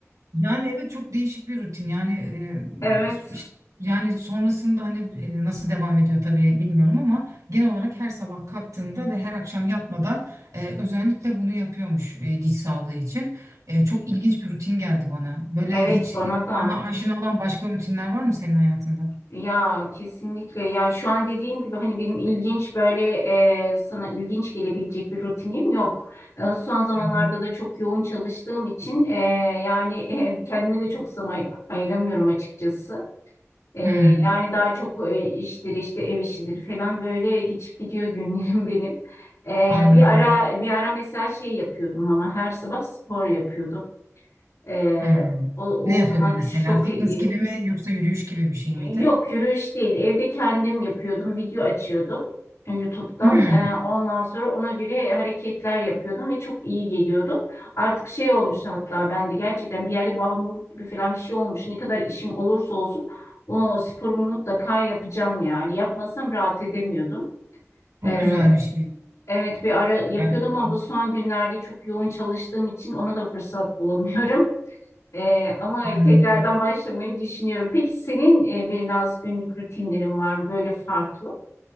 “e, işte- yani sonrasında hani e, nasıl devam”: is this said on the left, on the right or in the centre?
Right